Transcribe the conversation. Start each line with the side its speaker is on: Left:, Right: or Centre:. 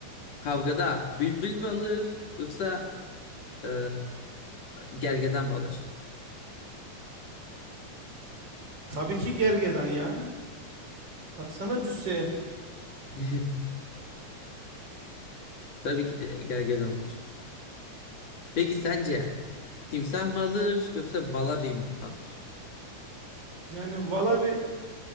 Left: kavgada bülbül mü alır yoksa ee, gergedan mı alır?
Right: Tabii ki gergedan ya. Baksana cüsseye.
Left: <laughs> Tabii ki de gergedan alır. Peki sence timsah mı alır yoksa valabi mi alır?
Right: Yani valla bir